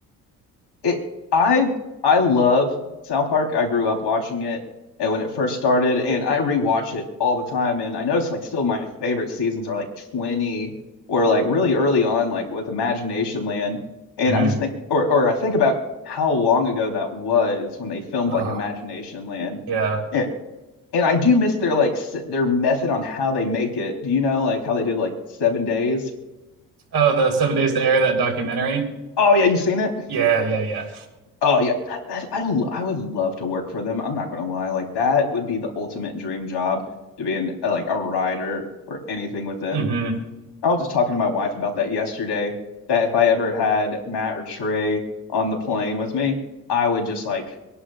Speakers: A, on the left; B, on the right.
A: it I I love South Park. I grew up watching it and when it first started and I rewatch it all the time and I notice like still my favorite seasons are like 20 or like really early on like with Imagination Land and
B: Mm-hmm.
A: I just think or or I think about how long ago that was when they filmed
B: Oh,
A: like Imagination Land.
B: yeah.
A: And, and I do miss their like s- their method on how they make it. Do you know like how they did like 7 days?
B: Oh, the Seven Days to Air that documentary.
A: Oh yeah, you've seen it?
B: Yeah, yeah, yeah.
A: Oh yeah, that, that, I l- I would love to work for them. I'm not going to lie. Like that would be the ultimate dream job to be in uh, like a writer or anything with them.
B: Mm-hmm.
A: I was just talking to my wife about that yesterday, that if I ever had Matt or Trey on the plane with me, I would just like